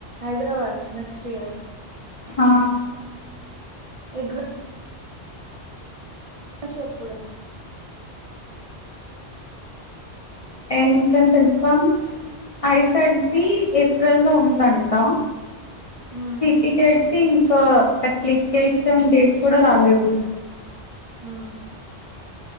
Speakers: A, on the right (about 35°); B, on the left (about 40°).
A: హైదరాబాద్ నెక్స్ట్ ఇయర్
B: హా
A: ఎగ్జా మ్స్ ఎప్పుడే
B: entrance exam I CET the April లో ఉందంట
A: ఉమ్,
B: సి టి గెడ్ తే ఇంకా అప్లికేషన్ డేట్ కూడా రాలేదు
A: ఉ